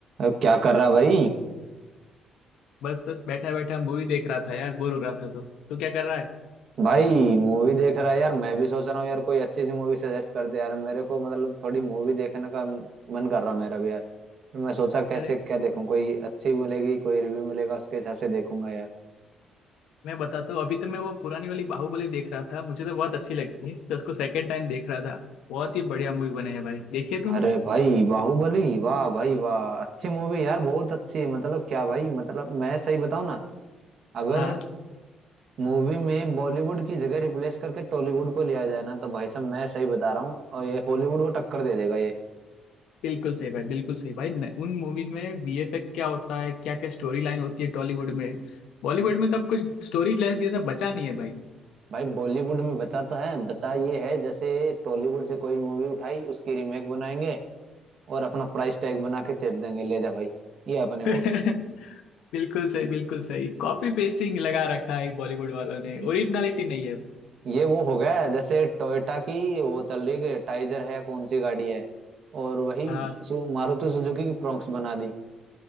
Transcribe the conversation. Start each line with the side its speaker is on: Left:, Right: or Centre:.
Right: अब क्या कर रहा भाई
Left: बस बस बैठा बैठा मूवी देख रहा था यार बोर हो रहा था तो तो क्या कर रहा है
Right: भाई मूवी देख रहा है यार मैं भी सोच रहा हूँ यार कोई अच्छी सी मूवी सजेस्ट कर दे यार मेरे को मतलब थोड़ी मूवी देखने का मन कर रहा मेरा भी यार फिर मैं सोचा कैसे
Left: अरे
Right: क्या देखूं कोई अच्छी मिलेगी कोई रिव्यू मिलेगा उसके हिसाब से देखूंगा यार
Left: मैं बताता हूँ अभी तो मैं वो पुरानी वाली बाहुबली देख रहा था मुझे तो बहुत अच्छी लगती है तो उसको सेकंड टाइम देख रहा था बहुत ही बढ़िया मूवी बने है भाई देखिए तूने
Right: अरे भाई बाहुबली वाह भाई वाह अच्छी मूवी यार बहुत अच्छी है मतलब क्या भाई मतलब मैं सही बताऊं ना अगर
Left: हाँ
Right: मूवी में बॉलीवुड की जगह रिप्लेस करके टॉलीवुड को लिया जाए ना तो भाई साहब मैं सही बता रहा हूँ और ये हॉलीवुड को टक्कर दे देगा ये
Left: बिल्कुल सही भाई बिल्कुल सही भाई न, उन मूवी में वीएफएक्स क्या होता है क्या क्या स्टोरी लाइन होती है टॉलीवुड में बॉलीवुड में तो अब कुछ स्टोरी लाइन जैसा बचा नहीं है भाई
Right: भाई बॉलीवुड में बचा तो है बचा ये है जैसे टॉलीवुड से कोई मूवी उठाई उसकी रीमेक बनाएंगे और अपना प्राइस टैग बना के चेप देंगे ले जा भाई ये अपने
Left: <laughs>
Right: मूवी
Left: बिल्कुल सही बिल्कुल सही कॉपी पेस्टिंग लगा रखा है बॉलीवुड वालों ने
Right: ये
Left: ओरिजिनलिटी नहीं है
Right: ये वो हो गया है जैसे टोयोटा की वो चल रही है टाइजर है या कौन सी गाड़ी है और वही
Left: हाँ
Right: सु, मारुति सुजुकी की फ्रोंक्स बना दी